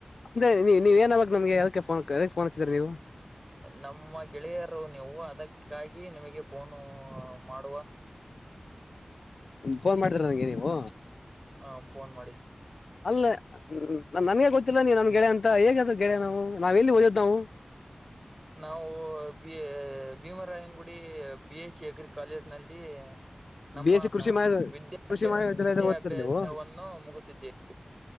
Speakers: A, on the left; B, on the right.
A: ಅಂದ್ರ ನೀವ ಏನಾಗಬೇಕ ನಿಮಗೆ ಎದ್ಕೆ ಫೋನ್, ಫೋನ್ ಹಚ್ಚಿದ್ರ ನೀವು
B: ನಮ್ಮ ಗೆಳೆಯರು ನೀವು ಅದಕ್ಕೆ ಅದಕ್ಕಾಗಿನಿಮಗೆ ಫೋನು ಮಾಡ
A: ಫೋನ್ ಮಾಡಿದಿರ ನಂಗೆ ನೀವು
B: ಹಾ, ಫೋನ್ ಮಾಡಿ
A: ಅಲ್ಲ ನನ್ಗೆ ಗೊತ್ತಿಲ್ಲ ನೀ ನನ್ ಗೆಳೆಯ ಅಂತ. ಹೇಗ ಅದು ಗೆಳಯ ನಾವು ನಾವ್ ಎಲ್ಲಿ ಓದಿದ್ ನಾವು
B: ನಾವು B Bhimarayanagudi B, SC degree college ನಲ್ಲಿ. - ನಮ್ಮ
A: ಬಿ ಎಸ್ ಸಿ ಕೃಷಿ ಮಾಡ
B: ವಿದ್ಯಾಭ್ಯ,
A: ಕೃಷಿ ಮಹಾವಿದ್ಯಾಲಯದ
B: ವಿದ್ಯಾಭ್ಯಾಸವನ್ನು
A: ಓದ್ತಿರ ನೀವು
B: ಮುಗುತ್ತಿದ್ದೇವೆ.